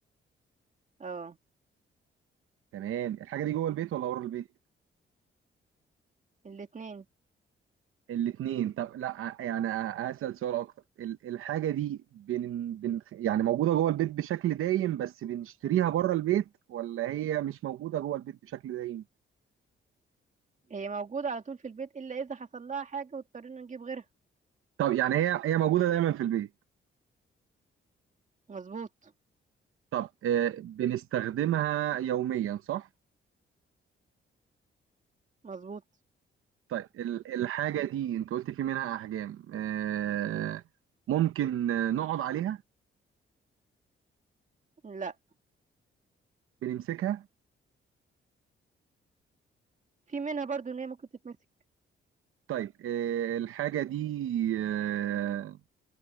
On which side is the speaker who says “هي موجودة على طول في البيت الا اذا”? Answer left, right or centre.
Right